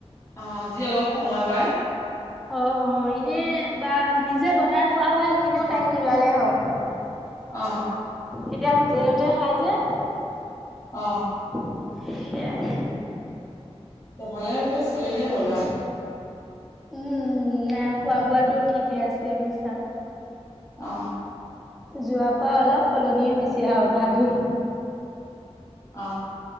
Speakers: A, on the left; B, in the centre.
A: অ যি অলপ সময় পাই
B: অ অ এনে বা নিজে বনাই খোৱা হয় সেইখিনিও টাইম নোলালে হয়
A: অ
B: এতিয়া হোটেলতে খাই যে
A: অ
B: সেয়াই
A: এফালে ৰূপে চলিলে হ'ল আও
B: উম উম নাই খোৱা বোৱাটো ঠিকহে আছে বুইছা
A: অ
B: যোৱাৰ পৰা অলপ সলনি হৈছে আৰু ঘাহটো
A: অ